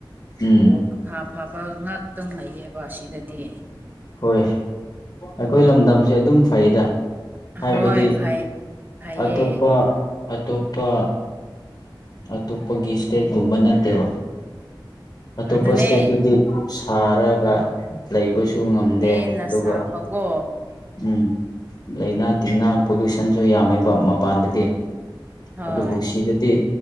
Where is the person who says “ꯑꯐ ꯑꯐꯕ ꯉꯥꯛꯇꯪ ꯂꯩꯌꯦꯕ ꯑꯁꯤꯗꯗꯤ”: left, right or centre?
Right